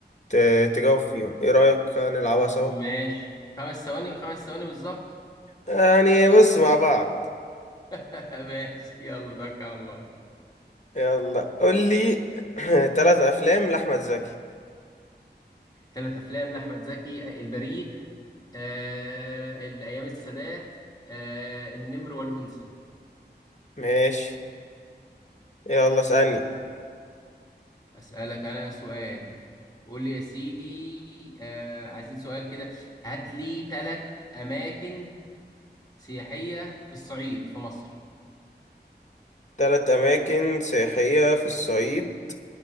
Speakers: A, on the left (about 40°); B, on the left (about 20°).
A: ت- تجاوب فيهم ايه رأيك نلعبها سوا
B: ماشي خمس ثواني خمس ثواني بالظبط
A: يعني بص مع بعض
B: <laughs> ماشي يلا توكل على الله
A: يلا قول لي <clears throat> تلات افلام لأحمد زكي
B: ثلاث افلام لاحمد زكي البريء آه الايام السادات آه النمر والانثى
A: ماشي يلا اسألني
B: اسالك انا سؤال قول لي يا سيدي آه عايزين سؤال كده هات لي ثلاث اماكن سياحيه في الصعيد في مصر
A: تلات اماكن سياحية في الصعيد